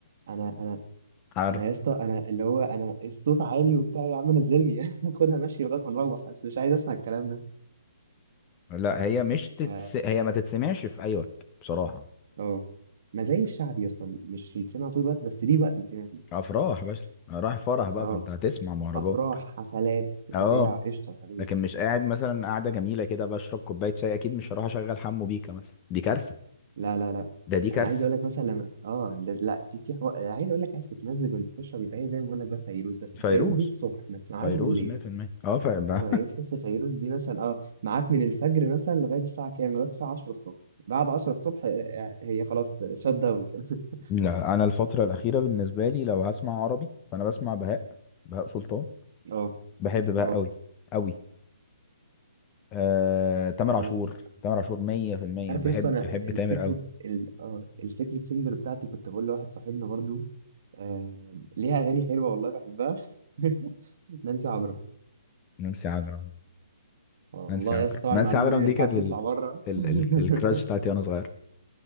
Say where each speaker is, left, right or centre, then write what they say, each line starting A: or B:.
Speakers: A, on the right; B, on the left.
A: انا انا
B: عارف
A: انا يا اسطى انا اللي هو انا الصوت عالي وبتاع يا عم نزلني <laughs> خدها ماشي لغايه ما نروح بس مش عايز اسمع الكلام ده
B: لا هي مش تتس...
A: ف
B: هي ما تتسمعش في اي وقت بصراحة
A: اه ما زي الشعب يا اسطى مش يتسمع طول الوقت بس ليه وقت يتسمع فيه
B: افراح بس رايح فرح بقى
A: اه
B: فانت هتسمع مهرجان
A: افراح حفلات بتاع
B: اه
A: قشطه هدوس
B: لكن مش قاعد مثلا قاعدة جميلة كده بشرب كوباية شاي اكيد مش هروح اشغل حمو بيكا مثلا دي كارثة
A: لا لا لا
B: ده دي كارثة
A: انا عايز اقول لك مثلا لما اه لا لا، في في حو... عايز اقول لك عايز تتمزج وانت بتشرب يبقى هي زي ما بقول لك بقى فيروز بس
B: فيروز
A: الفيروز دي الصبح ما تسمعهاش
B: فيروز
A: بالليل
B: 100% اه فاهم
A: اه
B: <laughs>
A: هي تحس فيروز دي مثلا اه معاك من الفجر مثلا لغايه الساعه كام لغايه الساعه 10 الصبح بعد 10 الصبح آه، آه، هي خلاص شات داون كده <laughs>
B: لا انا الفتره الاخيره بالنسبه لي لو هسمع عربي فانا بسمع بهاء بهاء سلطان
A: اه
B: بحب بهاء
A: اه
B: قوي قوي آه... تامر
A: انا
B: عاشور تامر عاشور 100%
A: انت عارف
B: بحب
A: يا اسطى انا
B: بحب
A: السيكريت
B: تامر قوي
A: ال... اه السيكريت سينجر بتاعتي كنت بقول لواحد صاحبنا برضو آه... ليها اغاني حلوه والله بحبها <laughs> نانسي عجرم
B: نانسي عجرم
A: والله
B: نانسي عجرم
A: يا اسطى طبعا
B: نانسي
A: المعلومه
B: عجرم
A: دي ما
B: دي
A: ينفعش
B: كانت ال...
A: تطلع بره
B: ال...
A: <laughs>
B: ال... الكراش بتاعتي وانا صغير